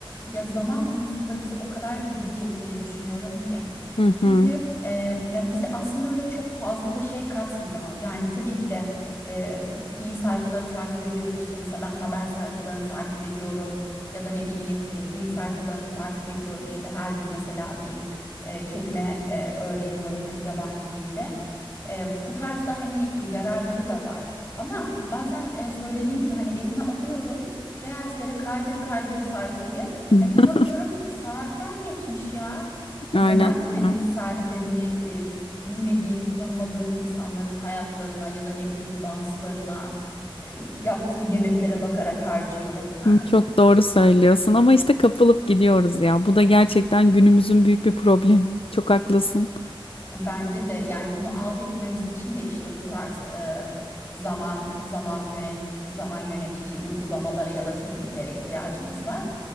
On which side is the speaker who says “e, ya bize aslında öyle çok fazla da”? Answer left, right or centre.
Left